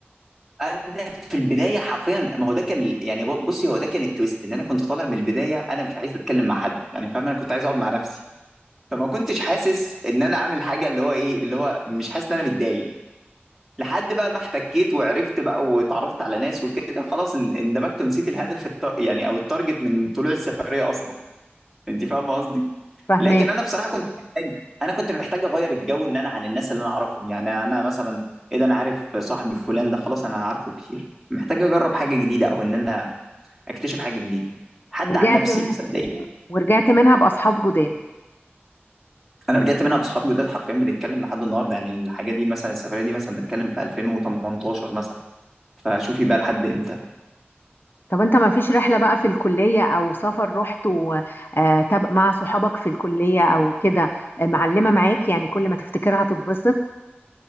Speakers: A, in the centre; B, on the left (about 55°).
A: انا في البدايه حرفيا ما هو ده كان ال- يعني ب- بصي هو ده كان التويست ان انا كنت طالع من البدايه انا مش عايز اتكلم مع حد يعني فاهم انا كنت عايز اقعد مع نفسي فما كنتش حاسس ان انا عامل حاجه اللي هو ايه اللي هو مش حاسس ان انا متضايق لحد بقى ما احتكيت وعرفت بقى واتعرفت على ناس وكده خلاص ان- اندمجت ونسيت الهدف الت... يعني او التارجت من طلوع السفريه اصلا انت فاهمه قصدي
B: فهماك
A: لكن انا بصراحه كنت محتاج انا كنت محتاج اغير الجو ان انا عن الناس اللي انا اعرفهم يعني انا مثلا ايه ده انا عارف صاحبي فلان ده خلاص انا عارفه كتير محتاج اجرب حاجه جديده او ان انا اكتشف حاجه جديده حتى
B: ورجعت
A: عن نفسي
B: من
A: صدقني
B: ورجعت منها بأصحاب جداد
A: انا رجعت منها باصحاب جداد حرفيا بنتكلم لحد النهارده يعني الحاجه دي مثلا السفريه دي مثلا بتكلم في 2018 مثلا فشوفي بقى لحد امتى
B: طب انت ما فيش رحلة بقى في الكلية او سفر رحته آه، تب- مع صحابك في الكلية او كده آه، معلمة معاك يعني كل ما تفتكرها تتبسط